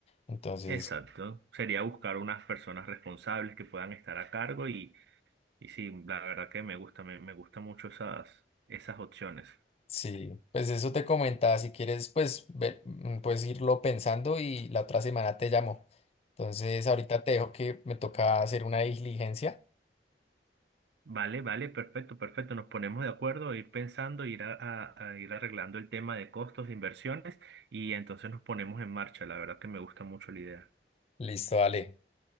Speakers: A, on the left (about 35°); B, on the right (about 75°).
A: Entonces...
B: Exacto. Sería buscar unas personas responsables que puedan estar a cargo y, y sí, la verdad que me gusta, me, me gusta mucho esas, esas opciones.
A: Sí, pues eso te comentaba, si quieres, pues ve- mm, puedes irlo pensando y la otra semana te llamo. Entonces, ahorita te dejo que me toca hacer una diligencia.
B: Vale, vale, perfecto, perfecto. Nos ponemos de acuerdo, ir pensando, ir a, a- a ir arreglando el tema de costos, de inversiones y entonces nos ponemos en marcha. La verdad que me gusta mucho la idea.
A: Listo, dale,